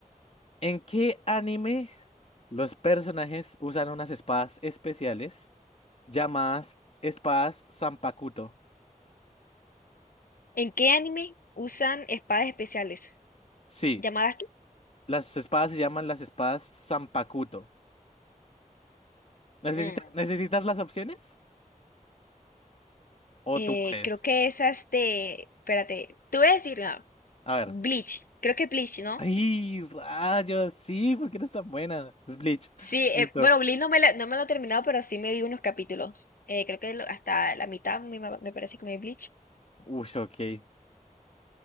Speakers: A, on the left (about 45°); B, on the left (about 80°).
A: ¿En qué anime los personajes usan unas espadas especiales llamadas espadas Zanpakuto?
B: ¿En qué anime usan espadas especiales?
A: Sí,
B: ¿Llamadas qué?
A: las espadas se llaman las espadas Zanpakuto. ¿Necesita-
B: Mm.
A: necesitas las opciones? ¿O tú
B: Eh,
A: puedes?
B: creo que esas de. Espérate, te voy a decir, no,
A: A ver.
B: Bleach. Creo que Bleach, ¿no?
A: ¡Ay, rayos! Sí, porque no es tan buena? Es Bleach.
B: Sí, eh,
A: Listo.
B: bueno, Bleach no me, la- no me lo he terminado, pero sí me vi unos capítulos. Eh, creo que lo- hasta la mitad me, ma- me parece que me vi Bleach.
A: Uy, ok.